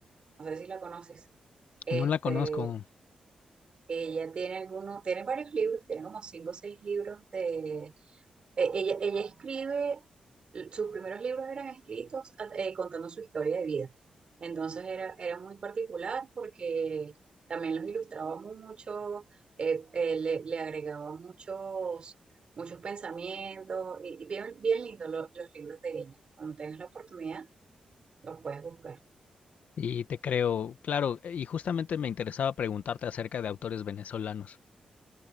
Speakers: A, on the right; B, on the left.
A: No sé si la conoces. Este,
B: No la conozco
A: ella tiene algunos, tiene varios libros, tiene como cinco o seis libros de eh, Ella, ella escribe, sus primeros libros eran escritos eh, contando su historia de vida. Entonces era, era muy particular porque también los ilustraba mucho, eh, eh, le, le agregaba muchos, muchos pensamientos y, y bien, bien lindo lo- los libros de ella. Cuando tengas la oportunidad, los puedes buscar.
B: y te creo, claro, y justamente me interesaba preguntarte acerca de autores venezolanos.